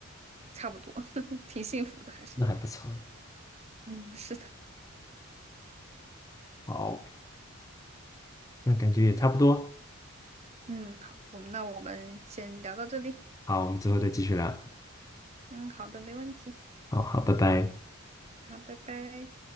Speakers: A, on the right; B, on the left.
A: 差不多，<laughs> 挺幸福的，还是。
B: 那还不错。
A: 嗯，是的，
B: 好，那感觉也差不多。
A: 嗯，好，我们那我们先聊到这里。
B: 好，我们之后再继续聊。
A: 嗯，好的，没问题。
B: 好好，拜拜。
A: 好，拜拜。